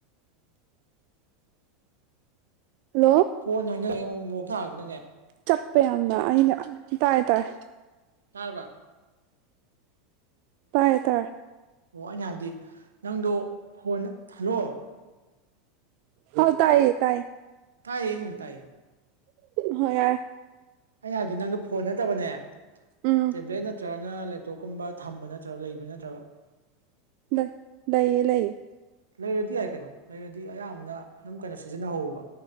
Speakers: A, on the right; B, on the right.
A: ꯍꯜꯂꯣ
B: ꯀꯣꯟ ꯍꯥꯏꯅꯡꯉꯨꯛ ꯃꯣꯛ ꯊꯥꯁꯤꯗꯨꯅꯦ
A: ꯆꯄꯦ ꯑꯃ ꯑꯩꯅ ꯇꯥꯏ ꯇꯥꯏ
B: ꯇꯔꯔꯕ
A: ꯇꯥꯏꯦ ꯇꯥꯏ
B: ꯑꯣ ꯑꯩꯅ ꯍꯥꯏꯕꯗꯤ ꯅꯪꯗꯣ ꯐꯣꯟ ꯊꯜꯂꯛꯑꯣ
A: ꯍ ꯇꯥꯏꯌꯦ ꯇꯥꯏꯌꯦ
B: ꯇꯥꯏꯌꯦꯅꯤ ꯇꯥꯏꯌꯦ
A: ꯍꯣꯏ ꯌꯥꯔ
B: ꯑꯩ ꯍꯥꯏꯕꯗꯤ ꯅꯪꯗ ꯐꯣꯟ ꯅꯠꯇꯕꯅꯦ
A: ꯎꯝ
B: ꯇꯦꯕ꯭ꯂꯦꯠ ꯅꯠꯇ꯭ꯔꯒ ꯅꯅ ꯂꯦꯞꯇꯣꯞꯀꯨꯝꯕ ꯊꯝꯕ ꯅꯠꯇ꯭ꯔ ꯂꯩꯕ ꯅꯠꯇ꯭ꯔ
A: ꯂ ꯂꯩꯌꯦ ꯂꯩꯌꯦ
B: ꯂꯩꯔꯗꯤ ꯌꯥꯏ ꯀꯩꯅꯣ ꯂꯩꯔꯗꯤ ꯑꯌꯥꯝꯕꯅ ꯑꯗꯨꯝ ꯀꯩꯅꯣ ꯁꯤꯖꯤꯟꯅꯍꯧꯕ